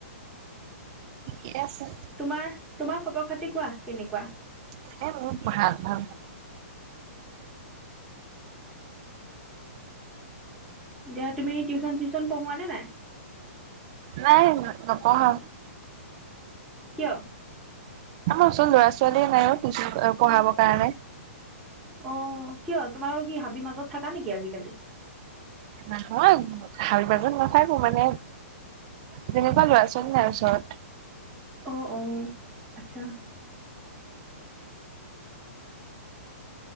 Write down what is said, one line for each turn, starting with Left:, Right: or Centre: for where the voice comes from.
Right: কে আছে।
Centre: তোমাৰ তোমাৰ খবৰ খাতি কোৱা কেনেকুৱা?
Right: এ <unintelligible> ভাল-ভাল।
Centre: এতিয়া তুমি টিউচন চিউচন পঢ়োৱা নে নাই?
Right: নাই নপঢ়াও।
Centre: কিয়?
Right: আমাৰ ওচৰত ল'ৰা ছোৱালীয়ে নাই অ টিউচন পঢ়াবৰ কাৰণে।
Centre: অ, কিয়? তোমাৰ কি হাবি মাজত থাকা নেকি আজিকালি?
Right: নাহয়, হাল বাজত নাথাকো মানে। তেনেকুৱা ল'ৰা ছোৱালী নাই ওচৰত।
Centre: অ, অ। আচ্ছা।